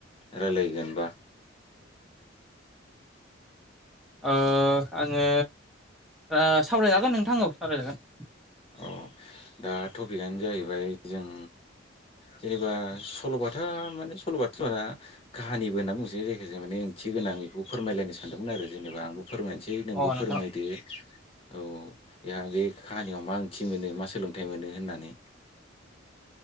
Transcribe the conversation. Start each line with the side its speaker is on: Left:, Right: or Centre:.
Left: रायलायगोनबा।
Centre: अ आङो दा सावरायजागोन नोंथां औ सावरायजागोन।
Left: अ दा टपिकआनो जाहैबाय जों जेनेबा सल'बाथा माने सल'बाथा दंङ ना? काहानिबो होनना बुंसै जायखिजाया माने ओंथि गोनांं बेखौ फोरमायलायनो सानदोंमोन आरो जेनेबा आंबो फोरमायनोसै नोंबो
Centre: अ नोंथां
Left: फोरमायदो औ बेहा बे खाहा नियाव मा ओंथि मोनो मा सोलोंथाइ मोनो होननानै।